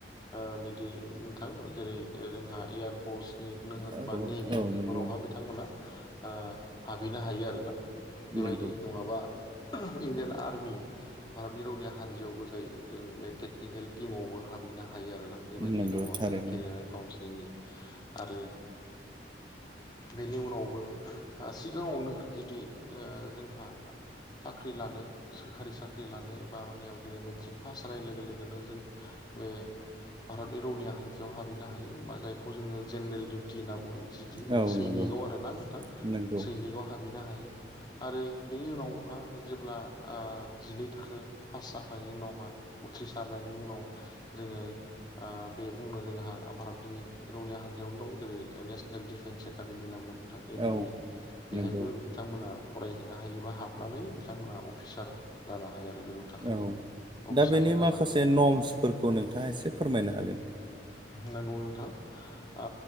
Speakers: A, on the left; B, on the right.
A: ओ बिदि नोंथां जेरै जोंहा एयारफर्स <unintelligible> होन
B: औ
A: बा नेभि
B: औ
A: बेफोरावहा
B: नंगौ
A: बिथांमोना ओ हाबहैनो हायो आरोना बेबायदि
B: नंगौ
A: नङाबा इण्डियान आर्मि भारतनि रौनिया हानजायावबो जाय जों बे टेकनिकेल टिमावबो हाब हैनो हायो आरोना बेबायदि
B: नंगौ
A: दङ
B: थारैनो
A: जोंहा केरियार काउन्सिलिंनि आरो बेनि उनावबो ओ सिगाङावनो जुदि ओ जोंहा साख्रि लानो सोरखारि साख्रि लानो बा <unintelligible> जेरै मेट्रिक पास जानाय लोगो लोगोनो जों बे भारतनि रौनिया हान्जायाव हाबहैनो हायो मा जायखौ जोङो जेनेरेल डिउटि होनना बुङो जिदि माने
B: औ
A: सैनिगाव
B: नंगौ
A: आरो ना नोंथां
B: नंगौ
A: सैनिगाव हाबहैनो हायो आरो बिनि उनावहा जेब्ला आ जिनै थाखो पास जा नायनि उनावहा उथ्रिसारनायनि उनाव जोङो ओ बे बुंनो जोंहा भारतनि रौनिया हान्जायावनो दं जेरै नेसनेल डिफेन्स एकादेमि होनना बुङो नों थां एनडि
B: औ
A: ए बेहायबो
B: नंगौ
A: नोंथांमोना फरायहैनो हायो बा हाबनानै नोंथांमोना अफिसार जानो हायो आरो गोजौ थाखोनि
B: औ
A: अफिसारफोर
B: दा बेनि
A: जानो
B: माखासे
A: हायो
B: नमसफोरखौ नोंथाङा एसे फोरमायनो हागोन
A: नंगौ नोंथां ओ